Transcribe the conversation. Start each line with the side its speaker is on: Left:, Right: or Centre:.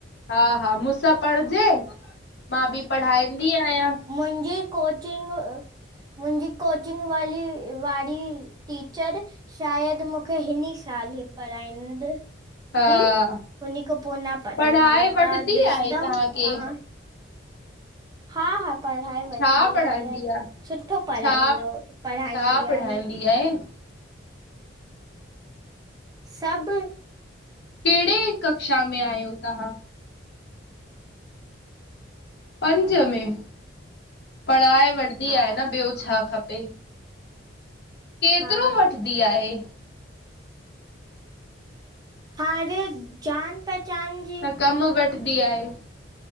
Left: हां-हां, मूंसां पढ़जे, मां बि पढ़ाईंदी आहियां।
Right: मुंहिंजी कोचिंग मुंहिंजी कोचिंग वी वारी टीचर शायदि मूंखे हिन साल ई पढ़ाईंदड़
Left: हा
Right: दी, हुन खां पोइ न पढ़ाईंदी।
Left: पढ़ाए वठंदी
Right: त ॾिसंदमि
Left: आहे तव्हांखे
Right: तव्हां हां-हां, पढ़ाए वठंदी
Left: छा पढ़ाईंदी
Right: आहे। सुठो पढ़ाईंदो,
Left: छा
Right: पढ़ाईंदी
Left: छा
Right: आहे।
Left: <inaudible>
Right: सब
Left: कहिड़े कक्षा में आहियो तव्हां? पंज में, पढ़ाई वठंदी
Right: हा
Left: आहे न। ॿियो छा खपे? केतिरो
Right: हा
Left: वठंदी आहे।
Right: हाणे जान-पहचान
Left: त कम वठदी आहे।